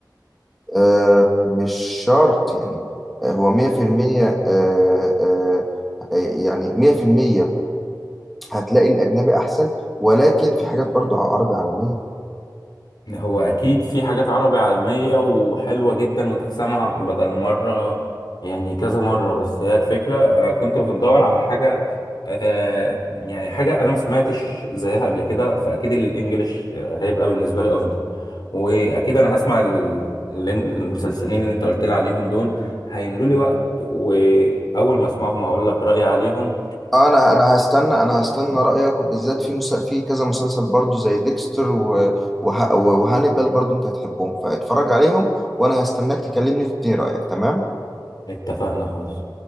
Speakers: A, in the centre; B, on the left.
A: آه مش شرط يعني آه، هو 100% آه آه آه، يعني 100% هتلاقي الاجنبي احسن ولكن في حاجات برضه عربي عالميه
B: هو اكيد في حاجات عربي عالمية وحلوة جدا وتتسمع بدل مرة يعني كذا مرة بس هي الفكرة انا كنت بدور على حاجة آه يعني حاجة انا ما سمعتش زيها قبل كده فاكيد الانجليش آه، هيبقى بالنسبة لي افضل واكيد انا هسمع ال- ال- المسلسلين اللي انت قلت لي عليهم دول هيملوا لي وقت واول ما اسمعهم هقول لك رأيي عليهم
A: آه، انا انا هستنى انا هستنى رايك وبالذات في مسل... في كذا مسلسل برضو زي ديكستر و... وه... وهانيبال برضو انت هتحبهم فاتفرج عليهم وانا هستناك تكلمني تديني رايك تمام
B: ونتفقنا خلاص